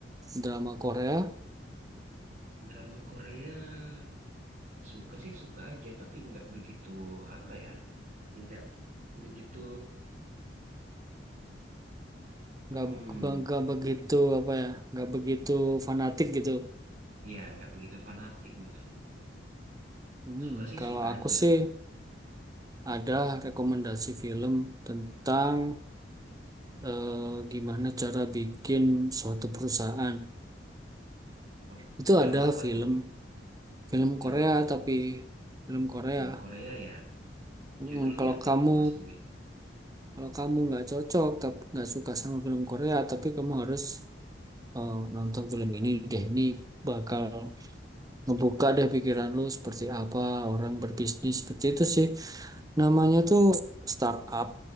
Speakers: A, on the right; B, on the right.
A: drama Korea
B: drama Korea. Suka sih suka aja, tapi nggak begitu apa ya, nggak begitu, hmm,
A: nggak nggak begitu apa ya nggak begitu fanatik gitu
B: ya nggak begitu fanatik gitu.
A: Hmm,
B: Suka sih
A: kalau
B: suka
A: aku
B: aja.
A: sih ada rekomendasi film tentang eh, gimana cara bikin suatu perusahaan
B: Wah,
A: itu
B: film
A: ada
B: apa
A: film
B: tuh?
A: film
B: Film
A: Korea
B: apa tuh?
A: tapi film Korea
B: Film Korea ya.
A: Mm,
B: Judulnya
A: kalau
B: apa
A: kamu
B: tuh, Mas Dwi?
A: kalau kamu nggak cocok tapi nggak suka sama film Korea tapi kamu harus eh, nonton film ini deh ini bakal ngebuka deh pikiran lu seperti apa orang berbisnis seperti itu sih Namanya tuh Startup.